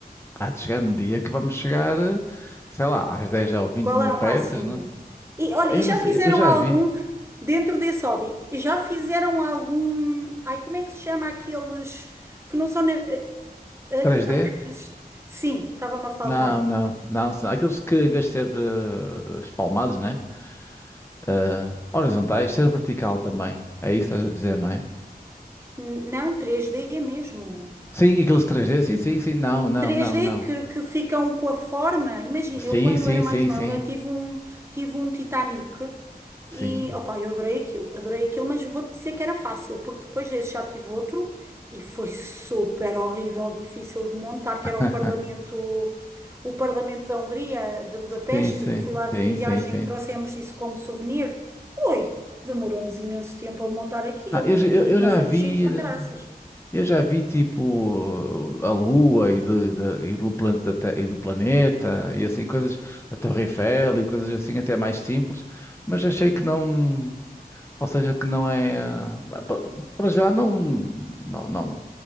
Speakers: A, on the left; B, on the right.
A: Há de chegar um dia que vamos chegar, eh, sei lá, às dez ou vinte
B: Qual
A: mil
B: é
A: peças,
B: o máximo?
A: né?
B: E
A: Opa,
B: olha, e
A: Eu
B: já
A: não sei,
B: fizeram
A: eu já
B: algum
A: vi.
B: dentro desse hobby? E já fizeram algum? Ai, como é que se chama aqueles que não são nem... eh, eh,
A: três
B: que- Ai,
A: d
B: para acaso. Sim, estava-me a faltar.
A: Não, não, não, são aqueles que em vez de ser eh, espalmados, né? Eh, horizontais, ser vertical também. É isso que estás a dizer, não é?
B: N- Não, três d mesmo.
A: Sim, aqueles três d sim, sim, sim, não, não,
B: 3D
A: não, não.
B: que, que ficam com a forma. Imagina,
A: Sim,
B: eu quando
A: sim,
B: era
A: sim,
B: mais nova
A: sim.
B: tive um, tive um Titanic
A: Sim.
B: e opa, eu adorei aquilo, adorei aquilo, mas vou-te dizer que era fácil, porque depois desse já tive outro e foi super horrível, difícil de montar, que
A: <laughs>
B: era o Parlamento, o Parlamento da Hungria, de Budapeste,
A: Sim, sim,
B: que fui lá
A: sim,
B: de viagem
A: sim, sim.
B: e trouxemos isso como souvenir. Oi, demorou-nos imenso tempo a montar aquilo,
A: Ah, eu, já- eu,
B: e-
A: eu
B: mas
A: já
B: era
A: vi,
B: giro para
A: eh,
B: caraças,
A: eu já vi tipo eh, a Lua e, de- de- e do planeta, Te- e do planeta e assim coisas, a Torre Eiffel e coisas assim até mais simples, mas achei que não. Ou seja, que não é. ah, pa- Para já não, não, não